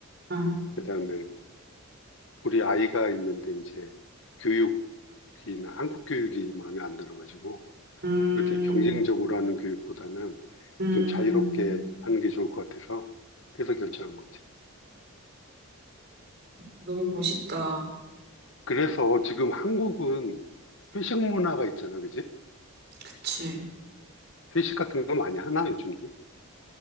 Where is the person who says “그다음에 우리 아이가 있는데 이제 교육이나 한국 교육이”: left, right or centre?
Left